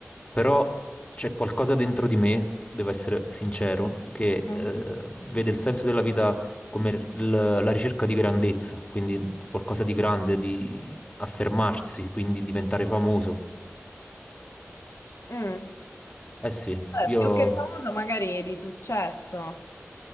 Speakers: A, on the left; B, on the left.
A: però c'è qualcosa dentro di me, devo essere sincero, che
B: mhm.
A: eh, vede il senso della vita come il- la ricerca di grandezza, quindi qualcosa di grande, affermarsi, quindi diventare famoso.
B: Mm.
A: Eh sì,
B: Vabbè,
A: io
B: più che famosa, magari di successo.